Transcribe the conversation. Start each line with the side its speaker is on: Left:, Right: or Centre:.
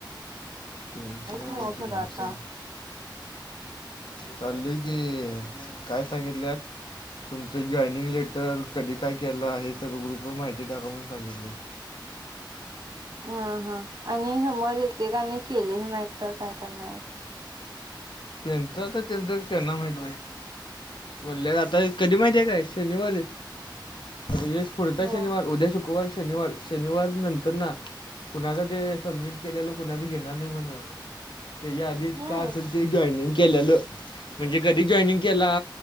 Left: टेन्शन
Right: मग
Left: लीलावती
Right: खरं
Left: टेन्शन.
Right: आता.
Left: चालली की कायं सांगितले. तुमचं जॉइनिंग लेटर कधीं कायं केलं हे सगळं ग्रुप वरं माहिती टाकां म्हूंन सांगितलं.
Right: हम्मं हां हां आणि समजा एकेकांनी केलेचं नाहीं तरं कायं करणारे.
Left: त्यांचं आं त्यांचं त्यांना माहिती म्हणलं आंता एक. कधीं माहिती आहे कायं शनिवार येश फडतं
Right: हो
Left: शनिवार उद्यां शुक्रवार शनिवार. शनिवार नंतर ना कुणाला ते सबमिट केलेलं कुणाला घेणार नाही म्हण. त्याच्या आधी
Right: हम्म
Left: का असेल ते जॉईनिंग केलेलं म्हणजे कधी जॉईनिंग केला?